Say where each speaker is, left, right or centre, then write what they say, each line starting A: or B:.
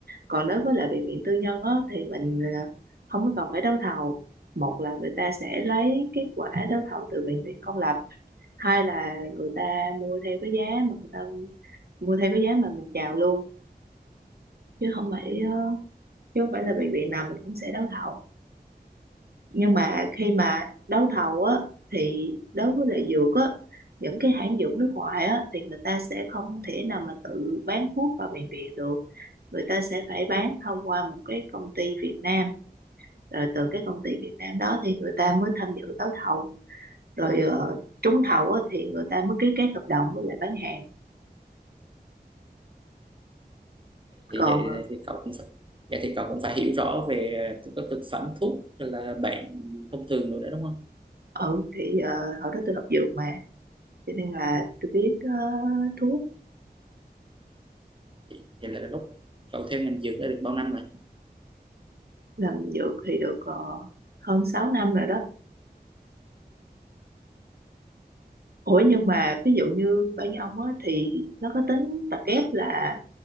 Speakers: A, on the right (about 65°); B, on the right (about 30°).
A: còn đối với lại bệnh viện tư nhân á, thì mình à, không có cần phải đấu thầu một là người ta sẽ lấy kết quả đấu thầu từ bệnh viện công lập hai là người ta mua theo cái giá mà người ta mua theo cái giá mà mình chào luôn chứ không phải ờ, chứ không phải là bệnh viện nào mình cũng sẽ đấu thầu nhưng mà khi mà đấu thầu á thì đối với lại dược á những cái hãng dược nước ngoài á thì người ta sẽ không thể nào mà tự bán thuốc vào bệnh viện được người ta sẽ phải bán thông qua một cái công ty Việt Nam rồi từ cái công ty Việt Nam đó thì người ta mới tham dự đấu thầu rồi ờ, trúng thầu á, thì người ta mới ký kết hợp đồng với lại bán hàng
B: thì
A: còn
B: vậy thì
A: ờ,
B: thì cậu cũng phải vậy thì cậu cũng phải hiểu rõ về thực- các thực phẩm thuốc rồi là bệnh thông thường rồi nữa đó đúng không
A: ừ thì ờ, hồi đó tôi học dược mà cho nên là tôi biết ờ, thuốc
B: vậy vậy là lúc cậu theo ngành dược đã được bao năm rồi
A: làm dược thì được ờ, hơn 6 năm rồi đó ủa nhưng mà ví dụ như bên ông á, thì nó có tính tập kép là